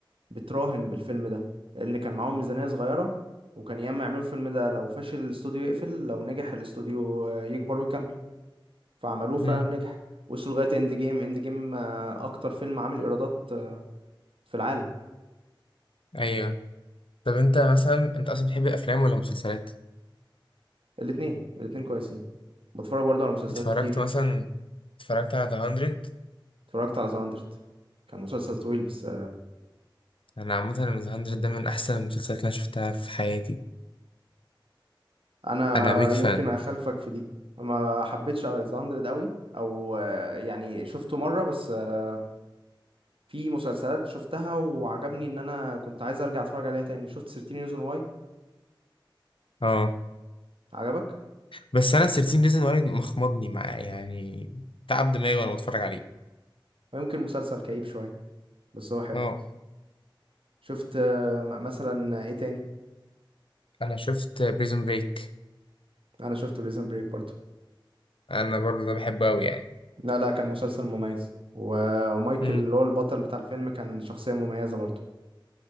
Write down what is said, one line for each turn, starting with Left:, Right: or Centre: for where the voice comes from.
Right: بتراهن بالفيلم ده لأن كان معاهم ميزانية صغيرة وكان ياما يعملوا الفيلم ده لو فشل الاستوديو يقفل لو نجح الاستوديو آه، يكبر ويكمل فعملوه فعلا
Left: مم.
Right: نجح وصلوا لغاية اند جيم اند جيم أكتر فيلم عامل إيرادات آه، في العالم
Left: ايوه طب انت مثلا انت اصلا بتحب الافلام ولا المسلسلات
Right: الاتنين الاتنين كويسين بتفرج برضو على مسلسلات
Left: اتفرجت
Right: كتير
Left: مثلا اتفرجت على ذا 100
Right: اتفرجت على ذا 100 كان مسلسل طويل بس
Left: انا عامه ذا 100 ده من احسن المسلسلات اللي انا شفتها في حياتي
Right: انا
Left: انا بيج
Right: يمكن
Left: فان
Right: اخالفك في دي ما حبيتش ذا 100 قوي او آه، يعني شفته مره بس آه، في مسلسلات شفتها وعجبني ان انا كنت عايز ارجع اتفرج عليها تاني شفت 13 ريزون واي
Left: اه
Right: عجبك
Left: بس انا 13 ريزون واي مخمضني معاه يعني تعب دماغي وانا بتفرج عليه
Right: ويمكن مسلسل كئيب شويه بس هو حلو
Left: اه
Right: شفت آه، م- مثلا ايه تاني
Left: انا شفت بريزون بريك
Right: انا شفت بريزن بريك برضو
Left: انا برضه ده بحبه قوي يعني
Right: لا لا كان مسلسل مميز و- ومايكل
Left: امم
Right: اللي هو البطل بتاع الفيلم كان شخصيه مميزه برضو